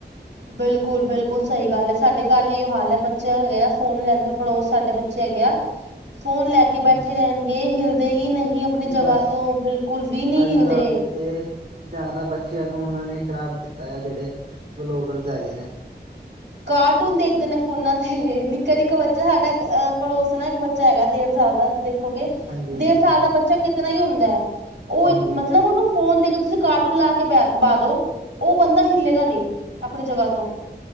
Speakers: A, on the right; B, on the right.
A: ਬਿਲਕੁਲ- ਬਿਲਕੁਲ ਸਹੀ ਗੱਲ ਹੈ। ਸਾਡੇ ਘਰ ਹੀ ਹਾਲ ਹੈ, ਬੱਚਾ ਹੈਗਾ ਨਾ ਫੋਨ ਲੈਂਦੇ ਪੜੋਸ ਸਾਡੇ ਬੱਚੇ ਹੈਗੇ ਆ ਫੋਨ ਲੈ ਕੇ ਬੈਠੇ
B: ਹਮ
A: ਰਹਿਣਗੇ, ਹਿਲਦੇ ਹੀ ਨਹੀਂ ਆਪਣੀ ਜਗ੍ਹਾ
B: ਬਸ
A: ਤੋਂ, ਬਿਲਕੁਲ ਵੀ ਨਹੀਂ
B: ਅੱਜ
A: ਹਿਲਦੇ
B: ਕੱਲ੍ਹ ਤੇ ਜ਼ਿਆਦਾ ਬੱਚਿਆਂ ਨੂੰ ਉਹਨਾਂ ਨੇ ਖ਼ਰਾਬ ਕੀਤਾ ਆ ਜਿਹੜੇ, ਵਲੋਗਰਸ ਹੈਗੇ ਨੇ
A: ਕਾਰਟੂਨ ਦੇਖਦੇ ਨੇ ਫੋਨਾ ਤੇ, ਨਿੱਕਾ- ਨਿੱਕਾ ਬੱਚਾ ਸਾਡਾ ਅ ਪੜੋਸ ਨਾ ਇੱਕ ਬੱਚਾ ਹੈਗਾ, ਡੇਢ ਸਾਲ ਦਾ ਦੇ ਖੋਗੇ
B: ਹਾਂਜੀ
A: ਡੇਢ
B: ਹਾਂਜੀ
A: ਸਾਲ ਦਾ ਬੱਚਾ ਕਿਤਨਾ ਹੀ ਹੁੰਦਾ ਹੈ, ਉਹ
B: ਹਾਂਜੀ
A: ਮਤਲਬ ਉਹਨੂੰ ਫੋਨ ਦੇ ਕੇ ਤੁਸੀਂ ਕਾਰਟੂਨ ਲਾ ਕੇ ਬਾਹ ਦੋ, ਉਹ ਬੰਦਾ ਹਿੱਲੇਗਾ ਨੀ, ਆਪਣੀ ਜਗ੍ਹਾ ਤੋਂ